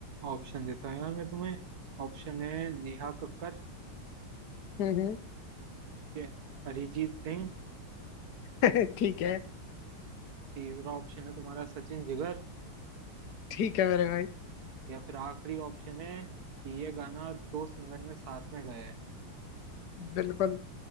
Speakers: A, on the right; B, on the left.
A: ऑप्शन देता हूँ यार मैं तुम्हें ऑप्शन है नेहा कक्कर
B: हम्म हम्म
A: ठीक है अरिजीत सिंह
B: <laughs> ठीक है
A: तीसरा ऑप्शन है तुम्हारा सचिन जिगर
B: ठीक है मेरे भाई
A: या फिर आखिरी ऑप्शन है कि ये गाना दो सिंगर ने साथ में गाया है
B: बिल्कुल